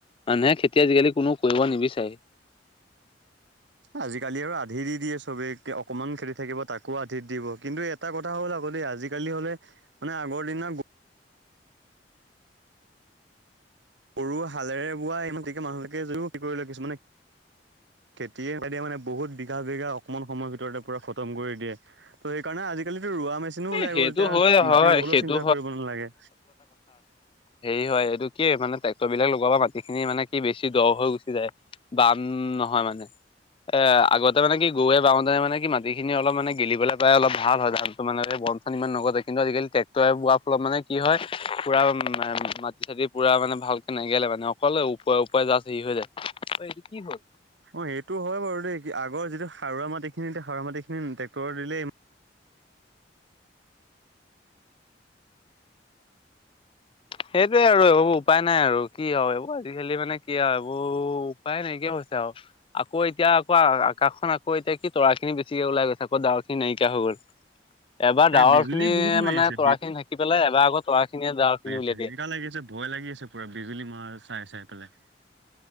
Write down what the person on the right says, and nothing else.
এ আজিকালি আৰু আধি দি দিয়ে চবে অকমান খেতি থাকিব তাকো আধি দিব। কিন্তু এটা কথা হ'ল আকৌ আজিকালি হ'লে মানে আগৰ দিনৰ গৰু হালেৰে বোৱা ইমান তেকে মানুহলৈকে যদিও কি কৰি লয় কিছুমানে খেতিয়ে মানে বহুত বিঘা বিঘা অকমান সময়ৰ ভিতৰতে পুৰা খতম কৰি দিয়ে ত' সেইকাৰণে আজিকালি ৰুৱা মেচিনো
ওলাই
গ'ল এতিয়া
মাটি ৰুবলৈও
চিন্তা কৰিব নেলাগে।
অ' সেইটো হয় বাৰু দেই কি আগৰ যিটো সাৰুৱা মাটিখিনি সাৰুৱা মাটিখিনি ট্ৰেক্টৰে দিলে
তাকে
বিজুলী বহুত মাৰি
আছে
সেনেকা
লাগি আছে ভয় লাগি আছে পুৰা বিজুলী মাৰা চাই, চাই পেলাই।